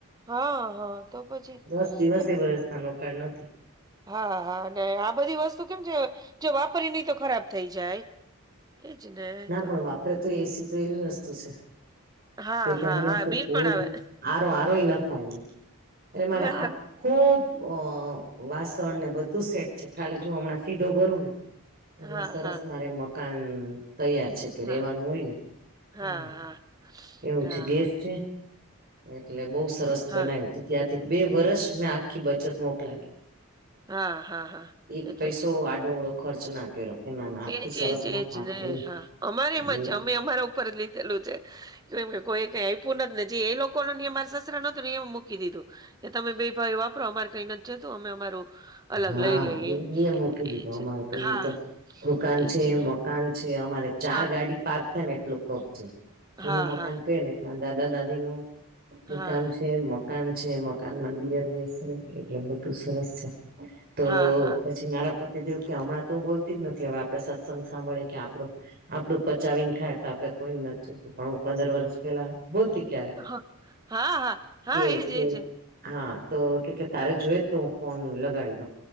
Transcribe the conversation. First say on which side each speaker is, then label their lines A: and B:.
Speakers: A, on the right; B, on the right.
A: હા હા તો પછી
B: દસ દિવસે
A: કેમ
B: વરસતા નોકાડ નથી.
A: હા હા ને આ બધી વસ્તુ કેમ છે જો વાપરી નહી તો ખરાબ થઇ જાય એજ ને
B: ના
A: તો
B: પણ વાપરે તો એસી તો એવી વસ્તુ છે.
A: હા
B: કે
A: હા
B: અહિયાં
A: હા
B: તો
A: બિલ
B: કોઈ
A: પણ આવે
B: આરો આરો ન ખાવી એટ મારે
A: બરાબર
B: આ ખુબ અ વાસણ ને બધું સેટ છે ખાલી જો હમણાં સીધો ભરું ને એટલે
A: હા
B: સરસ
A: હા
B: મારે મકાન તૈયાર છે કે
A: હા
B: રેવાનું હોય ને
A: હા
B: મારે
A: હા
B: એવું
A: હા
B: છે ગેસ
A: હા
B: છે, એટલે બઉ સરસ
A: હા
B: બનાવ્યું તું ત્યાંથી બે વરસ મેં આખી બચત મોકલાવી
A: હા હા હા
B: એક
A: એ
B: પૈસો
A: તો છે
B: આડો અવળો ખર્ચ ના કર્યો કે ના ના આખું
A: એજ
B: સરસ
A: એજ
B: મકાન
A: એજ ને
B: એ
A: હા અમારેમાં
B: એ
A: છે અમે અમારા ઉપર લીધેલું છે. કેમ કોઈ કઈ આપ્યું નથી ને જે એ લોકોનું નિયમ મારે સસરા નો ને એ મૂકી દીધું એ તમે બે ભાઈ વાપરો અમારે કઈ નથી જતું અમે અમારું
B: હા
A: અલગ લઈ લઈએ
B: એ મૂકી દીધું
A: એજ
B: અમારે તો
A: હા
B: ઇ તો દુકાન
A: એજ
B: છે
A: ને
B: મકાન છે અમારે ચાર
A: હા
B: ગાડી પાર્ક થાય ને એટલો પ્લોટ છે. જૂનું
A: હા
B: મકાન
A: હા
B: કે ને એટલા દાદા દાદી નું
A: હા
B: દુકાન છે મકાન છે મકાન માં દિયર બેસે એટલે બધું સરસ છે. તો
A: હા હા
B: પછી મારા પતિ દેવ કે હમણાં તો બોલતી જ નથી હવે આપડે સત્સંગ સાંભળે કે આપડું આપડું પચાવીને ખાય તો આપડે કોઈને ન‌ઇ જોતુ પણ પંદર વરસ પેલા બોલતી ક્યારેક
A: હા હા હા હા
B: કે
A: એજ‌એજ
B: કે
A: જ
B: હા તો કેકે તારે જોએ તો હું ફોન લગાડી